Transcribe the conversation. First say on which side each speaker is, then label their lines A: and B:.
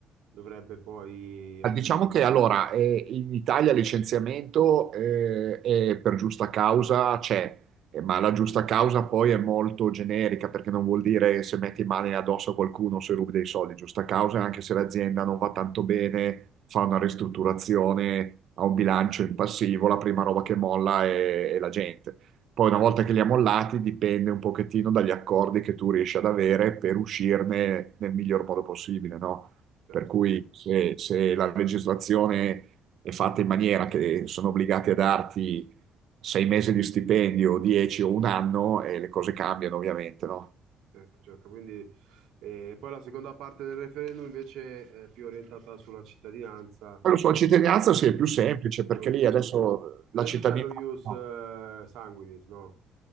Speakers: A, on the right; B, on the right.
A: dovrebbe poi
B: Ah,
A: offrire.
B: Diciamo che allora eh, in Italia il licenziamento eh, è per giusta causa c'è, eh, ma la giusta causa poi è molto generica perché non vuol dire se metti mani addosso a qualcuno se rubi dei soldi. Giusta causa è anche se l'azienda non va tanto bene, fa una ristrutturazione, ha un bilancio in passivo, la prima roba che molla è, è la gente. Poi una volta che li ha mollati dipende un pochettino dagli accordi che tu riesci ad avere per uscirne nel miglior modo possibile, no?
A: Certo,
B: Per cui se, se la legislazione è fatta in maniera che sono obbligati a darti sei mesi di stipendio, dieci o un anno, e le cose cambiano ovviamente, no?
A: certo, certo. Quindi, eh, poi la seconda parte del referendum invece è più orientata sulla cittadinanza,
B: Poi Lo so, la cittadinanza sì,
A: no?
B: è più semplice
A: Sullo
B: perché
A: iun-
B: lì adesso
A: Adesso
B: la cittadinanza,
A: c'è lo ius
B: no.
A: eh, sanguinis, no?